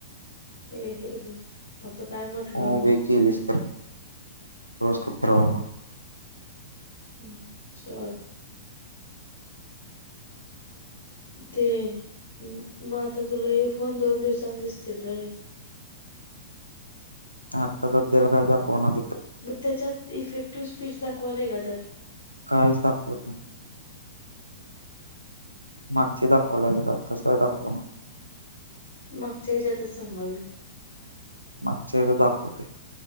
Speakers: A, on the left; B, on the right.
A: ए हे आता काय म्हटलं
B: उभी
A: मी
B: केलीच तर रोज <unintelligible>
A: हम् सॉरी ते मग आता तुला हे फोन दोन दिवसांनी दिसतील रे
B: आत्ता तर त्याला काय दाखवाना तिथं
A: मग त्याच्यात इफेक्टिव्ह स्पीच दाखवालाय का त्यात
B: कायच दाखवत नाही. मागचे दाखवाय लागलेत आताच काय दाखवणा.
A: मागच्या ह्याच्यातच सांगायलोय.
B: मागच्या ह्याचं दाखवते.